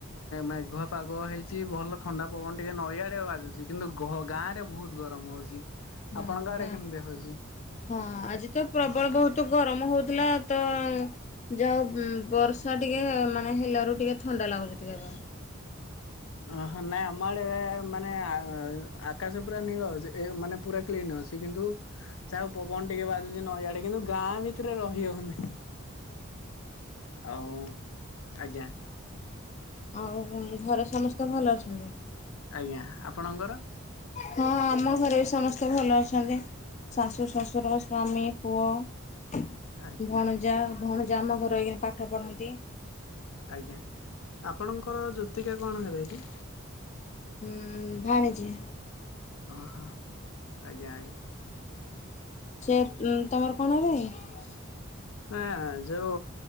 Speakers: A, on the left; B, on the left.
A: ମେଘୁଆ ପାଗ ହେଇଛିି ଭଲ ଥଣ୍ଡା ପବନ ଟିକେ ନଈଆଡେ ବାଜୁଛି କିନ୍ତୁ ଘ ଗାଁ ରେ ବହୁତ ଗରମ ହଉଛି।
B: ହଁ
A: ଆପଣଙ୍କ ଆଡେ
B: ଗାଁ
A: କେମିତି ହଉଛି?
B: ହଁ ଆଜି ତ ପ୍ରବଳ ବହୁତ ଗରମ କମ ହଉଥିଲା ତ ଯାହୋଉ ବର୍ଷା ଟିକେ ମାନେ ହେଲାରୁ ଟିକେ ଥଣ୍ଡା ଲାଗୁଛି। ପତ କ
A: ଅହ ନାଇଁ ଆମ ଆଡେ ଏ ମାନେ ଆକାଶ ପୁରା ନୀଳ ଅ ମାନେ ପୁରା କ୍ଲିନ୍ ଅ କିନ୍ତୁ ଯହା ଆଉ ପବନ ଟିକେ ବାଜୁଛି ନଈଆଡେ କିନ୍ତୁ ଗାଁ ଭିତରେ ରହିହଉନି।
B: <inaudible>
A: ଆଉ ଆଜ୍ଞା।
B: ଆଉ ଘରେ ସମସ୍ତେ ଭଲ ଅଛନ୍ତି।
A: ଆଜ୍ଞା ଆପଣଙ୍କର?
B: ହଁ ଆମ ଘରେ ବି ସମସ୍ତେ ମସ୍ତେ ଭଲ ଅଛନ୍ତି ଶାଶୁଶ୍ୱଶୁର ସ୍ୱାମୀପୁଅ
A: ଆଜ୍ଞା
B: ଭଣଜା ଭଣଜା ଆମ ଘରଇ ପାଠ ପଢନ୍ତି।
A: ଆଜ୍ଞା ଆପଣଙ୍କର ଜୁତିକା କଣ ହେବେ କି?
B: ହୁଁ ଭାଣିଜି
A: ଉହୋ ଆଜ୍ଞା ଆଜ୍ଞା।
B: ସେ ତମର କଣ ହେବେକି?
A: ନା ଯେଉ